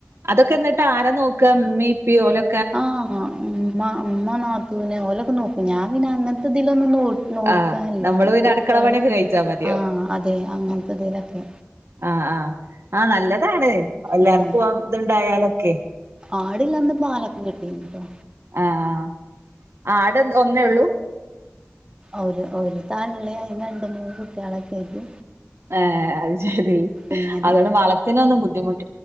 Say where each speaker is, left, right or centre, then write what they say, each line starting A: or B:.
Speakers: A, on the right (about 65°); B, on the right (about 20°).
A: അതൊക്കെ എന്നിട്ട് ആര നോക്ക ഇമ്മീ ഇപ്പി ഓലെ
B: ആഹ് ഉമ്മ ഇമ്മ നാത്തുന് ഓലൊക്കെ നോക്കും ഞാൻ പിന്നെ അങ്ങനത്തെ ഇതിലൊന്നും നോ നോൽക്കാൻല്ല
A: ആ നമ്മള്
B: നമ്മ
A: പിന്നെ
B: കുട്ടികളും
A: അടുക്കള പണിയൊക്കെ കഴിച്ചാ മതിയാവും
B: ആഹ് അതെ അങ്ങനത്തതിലൊക്കെ
A: ആഹ് ആഹ് ആഹ് നല്ലതാണ് എല്ലാർക്കും
B: ഉം
A: ഇതുണ്ടായാലൊക്കെ
B: ആടില്ലന്ന് പാലൊക്കെ കിട്ടീനിട്ടോ
A: ആഹ് ആട് ഒന്നേ ഉള്ളൂ
B: ഒരു ഒരു തള്ളയും അയ്ന് രണ്ട് മൂന്ന് കുട്ടികളൊക്കെ ആയിട്ട്
A: ഏഹ് അഹ് ശെരി
B: അങ്ങനെ
A: അതുകോണ്ട് വളത്തിനൊന്നും ബുദ്ധിമുട്ട്